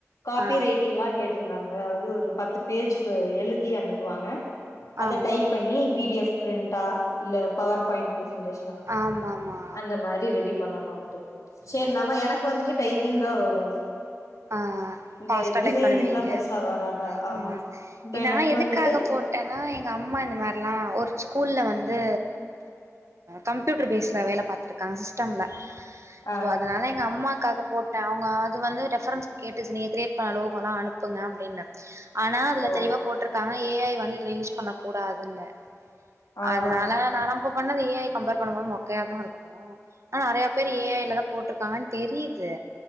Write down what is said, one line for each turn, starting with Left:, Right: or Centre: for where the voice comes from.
Left: காபி
Right: ஆ
Left: ரைட் ட்டீங்களா கேட்ருந்தாங்க அதாவ்து ஒரு பத்து பேஜ் எழுதி அனுப்புவாங்க அத
Right: ஆமா
Left: டைப் பண்ணி பி டி எஃப் பிரிண்டா இல்ல பவர் பாய்ண்ட் பிரசன்டேஷன் னா
Right: ஆமாமா
Left: அந்த மாரி ரெடி பண்ணணுன்ட்டு சேரி
Right: ஓகே
Left: நாம எனக்கு வந்துட்டு டைப்பிங் தா வரு
Right: ஆ
Left: இந்த
Right: ஃபாஸ்ட்டா
Left: டிசைனிங்லா
Right: டைப் பண்ணுவீங்க
Left: பெருசா வராதா ஆமா
Right: ம்
Left: இப்ப எனக்கு
Right: நா எதுக்காக
Left: வந்துட்டு
Right: போ ட்டனா எங்க அம்மா இந்த மார்லா ஒரு ஸ்கூல்ல வந்து கம்ப்யூட்டர் பேஸ்ல வேல பாத்துருக்காங்க சிஸ்டம்ல
Left: ஆ
Right: சோ அதனால எங்க அம்மாக்காக போட்டே அவுங்க அது வந்து ரெஃப் ரன்ஸ் கேட்டுச்சு நீங்க க்ரியேட் பண்ண லோகோலா அனுப்புங்க அப்டின்னு ஆனா அதுல
Left: ஓ
Right: தெளிவா போட்ருக்காங்க ஏ ஐ வந்து இதுல யூஸ் பண்ணக்கூடாதுன்னு
Left: ஆ
Right: அதனால நா நம்ப பண்ணது ஏ ஐ கம்பேர் பண்ணும்போது மொக்கையாதா இருக்கு ஆனா நறைய பேர் ஏ ஐலதா போட்ருக்காங்கன் தெரிது